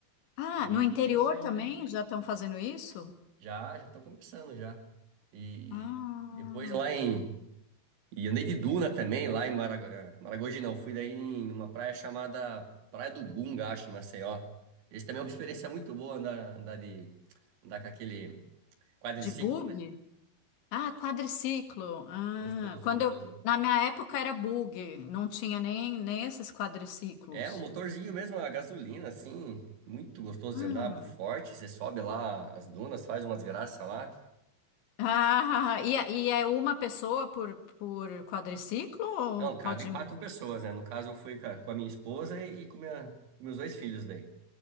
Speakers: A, on the left; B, on the right.
A: Ah,
B: e,
A: no interior
B: e tem isso aí,
A: também
B: né?
A: já estão fazendo isso?
B: Já, já tô começando já. E,
A: Ah,
B: e depois lá em. E andei de duna também, lá em Marago- eh, Maragogi, não. Fui daí em uma praia chamada Praia do Gunga, acho, em Maceió. Esse também é uma <laughs> experiência muito boa andar, andar de. Andar com aquele quadriciclo,
A: de bug?
B: né?
A: Ah, quadriciclo. Ah,
B: Gostoso,
A: quando
B: gostoso.
A: eu, na minha época era bug, não tinha nem, nem esses quadriciclos.
B: É, um motorzinho mesmo, a gasolina, assim. Muito gostoso
A: Ah.
B: de andar, forte. Você sobe lá as dunas, faz umas graças lá.
A: Ah, e, é- e é uma pessoa por, por quadriciclo ou
B: Não,
A: pode
B: cabe quatro
A: ir mais?
B: pessoas, né? No caso, eu fui com a, com a minha esposa e, e com minha- com meus dois filhos daí.